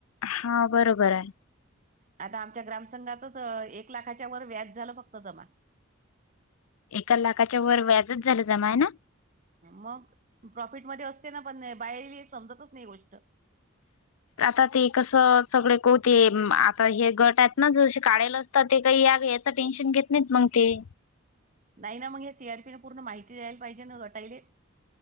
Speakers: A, on the left (about 80°); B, on the right (about 35°).
A: हा. बरोबर आहे.
B: आता. आमच्या ग्रामसंघातच एक लाखाच्या वर व्याज झालं फक्त जमा
A: एका लाखाच्या वर व्याजच झालं जमा आहे ना?
B: मग प्रॉफिटमध्ये असते ना, पण बाईले हे समजतच नाही गोष्ट.
A: आता ते कसं सगळे कोते आता हे गटातनं जसे काढाले असतात ते काही या यांच टेन्शन घेत नाहीत मग ते‌.
B: नाही ना, मग या सीआरपीन पूर्ण माहिती द्यायला पाहिजे ना गटायले.